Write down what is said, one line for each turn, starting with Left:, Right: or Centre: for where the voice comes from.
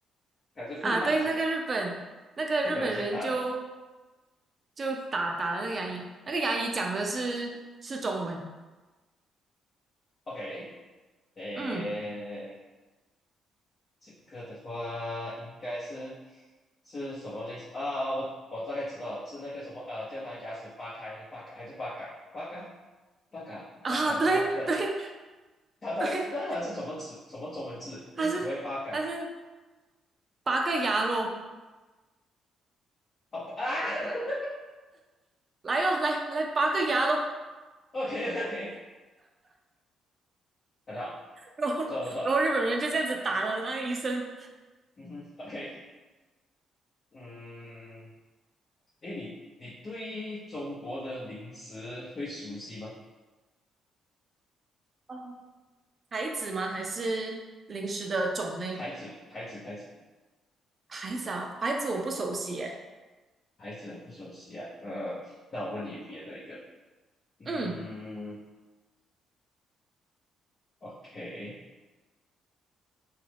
Left: 还是互打起来？
Right: 啊，对，那个日本那个日本人就
Left: 日本人先打了
Right: 就打打了那个牙医，那个牙医讲的是是中文，
Left: ，OK，诶，
Right: 嗯
Left: 这个的话应该是是什么类似啊？我我大概知道了是那个什么啊，叫他牙齿扒开，八嘎还是八嘎，八嘎，八嘎，
Right: 啊，
Left: 八嘎是吗？
Right: 对对
Left: 不，他他那他是怎么词怎么中文字？
Right: 对，还是
Left: 为什么会八嘎
Right: 还是拔个牙咯，
Left: 啊啊
Right: 来哟、来来拔个牙咯，
Left: <laughs>？OK OK，很好，
Right: <laughs> 然后然后日本人就这样子打了那个医生，
Left: 不错不错，嗯哼，OK，嗯，诶，你你对中国的零食会熟悉吗？
Right: 哦，孩子吗？还是零食的种类？
Left: 牌子牌子牌子
Right: 牌子啊，牌子我不熟悉诶。
Left: 牌子很不熟悉啊，呃，那我问你别的一个，嗯
Right: 嗯
Left: ，OK，